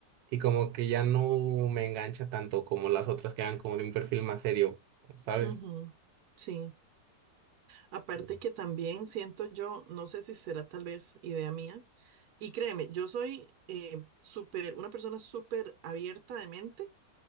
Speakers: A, on the right; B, on the right.
A: y como que ya no me engancha tanto como las otras que eran como de un perfil más serio, ¿sabes?
B: ujú. Sí. Aparte
A: Sí.
B: que también siento yo, no sé si será tal vez idea mía, y créeme, yo soy eh, súper, una persona súper abierta de mente,